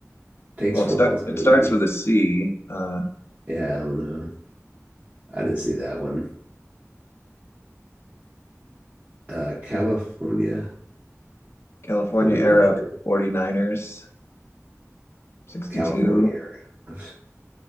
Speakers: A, on the right (about 30°); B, on the left (about 50°).
A: Takes
B: well,
A: for
B: it, start,
A: one's
B: it
A: own
B: starts
A: use.
B: with a C. Uh,
A: Yeah, I don't know. I didn't see that one. Uh, California
B: California
A: 49er.
B: era Forty niners. 62.
A: California area. <sighs>